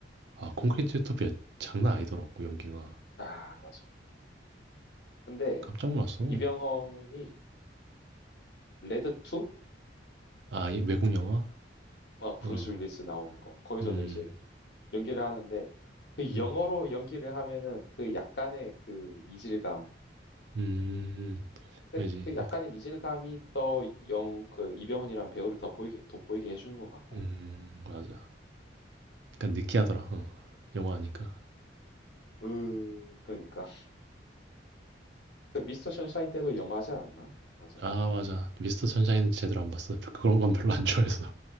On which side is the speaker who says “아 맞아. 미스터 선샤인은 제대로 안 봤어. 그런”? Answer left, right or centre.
Right